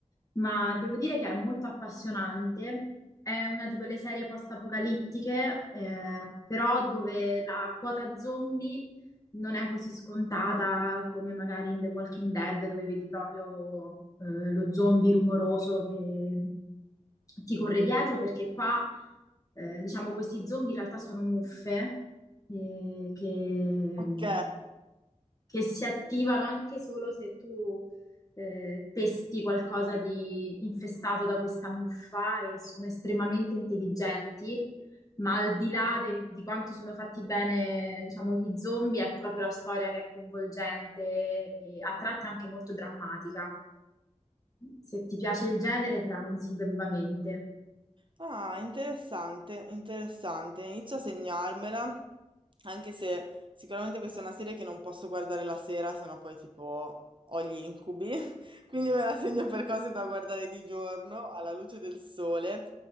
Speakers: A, on the left; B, on the right.
A: ma devo dire che è molto appassionante. È una di quelle serie post-apocalittiche, eh, però dove la quota zombie non è così scontata come magari in The Walking Dead, dove vedi proprio eh, lo zombie rumoroso che ti corre dietro, perché qua, eh, diciamo, questi zombie in realtà sono muffe eh, che
B: Ok?
A: che si attivano anche solo se tu eh, pesti qualcosa di infestato da questa muffa e sono estremamente intelligenti, ma al di là de- di quanto sono fatti bene, diciamo, gli zombie, è proprio la storia che è coinvolgente e a tratti anche molto drammatica. Se ti piace il genere, te la consiglio vivamente.
B: Ah, interessante, interessante. Inizio a segnarmela, anche se sicuramente questa è una serie che non posso guardare la sera, sennò poi tipo ho gli incubi. <laughs> Quindi me la segno per cose da guardare di giorno, alla luce del sole.